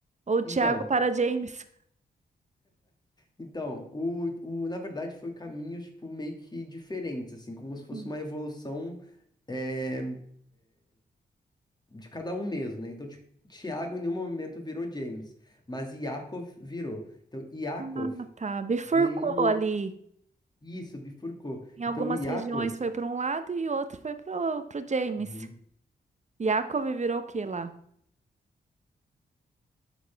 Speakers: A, on the right; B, on the left.
A: Ou Tiago
B: então.
A: para James?
B: Então, o, o, na verdade, foi caminhos, tipo, meio que diferentes, assim, como
A: Hum.
B: se fosse uma evolução é, de cada um mesmo, né? Então, tipo, Tiago em nenhum momento virou James, mas Iakov virou. Então, Iakov
A: Ah, tá. Bifurcou
B: veio.
A: ali.
B: Isso, bifurcou.
A: Em algumas
B: Então, o Iakov.
A: regiões foi para um lado e outro foi pro, pro James.
B: Uhum.
A: Jacob virou o quê lá?